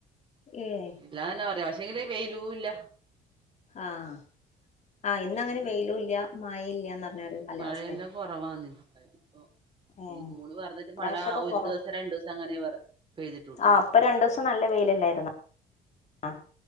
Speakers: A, on the left; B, on the right.
A: ഏഹ്
B: ഇല്ലാന്ന് തന്നെ പറയാ <unintelligible> വെയിലൂ ഇല്ല-
A: ആഹ് - ആഹ് ഇന്നങ്ങനെ
B: വെയിലില്ല
A: വെയിലും ഇല്ല മയേ ഇല്ലാന്ന് പറഞ്ഞ
B: ഉം
A: ഒരു കാലാവസ്ഥാണ്
B: മഴയെല്ലാം കുറവാന്ന് ഇപ്പൊ
A: ഏഹ്
B: ഈ ജൂണ് പറഞ്ഞിട്ട്
A: ഇപ്രാശ്യൊക്കെ
B: മഴ ഒരു
A: കൊറവാ
B: ദിവസം രണ്ടു ദിവസം അങ്ങനെ പെയ്തിട്ടുള്ളൂ
A: ആഹ് ഇപ്പ രണ്ടൂസം നല്ല വെയി വെയിലല്ലായിരുന്നോ ആഹ്